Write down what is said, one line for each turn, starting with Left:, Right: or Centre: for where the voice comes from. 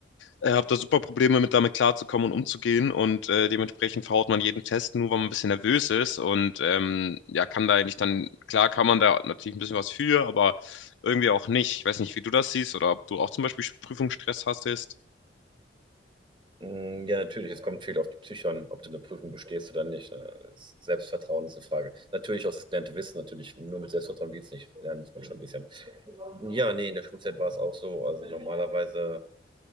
Left: äh, habe da super Probleme mit, damit klarzukommen und umzugehen und äh, dementsprechend verhaut man jeden Test nur, weil man ein bisschen nervös ist und ähm, ja, kann da eigentlich dann, klar kann man da natürlich ein bisschen was für, aber irgendwie auch nicht. Ich weiß nicht, wie du das siehst oder ob du auch zum Beispiel Prüfungsstress hattest.
Right: Mm, Ja, natürlich, es kommt viel auf die Psyche an, ob du eine Prüfung bestehst oder nicht. ne? Das Selbstvertrauen ist eine Frage. Natürlich auch das gelernte Wissen, natürlich. Nur mit Selbstvertrauen geht's nicht. Lernen muss man schon ein bisschen. Ja, nee, in der Schulzeit war es auch so. Also normalerweise